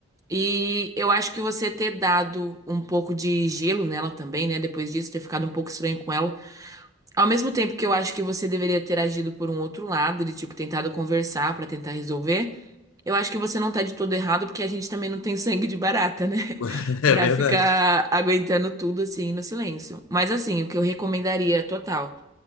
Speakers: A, on the right (about 15°); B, on the left (about 80°).
A: E eu acho que você ter dado um pouco de gelo nela também, né? Depois disso, ter ficado um pouco estranho com ela. Ao mesmo tempo que eu acho que você deveria ter agido por um outro lado, de tipo, tentado conversar pra tentar resolver. Eu acho que você não tá de todo errado, porque a gente também não tem sangue de barata, né? <laughs>
B: <laughs> É
A: Pra
B: verdade.
A: ficar aguentando tudo assim no silêncio. Mas assim, o que eu recomendaria total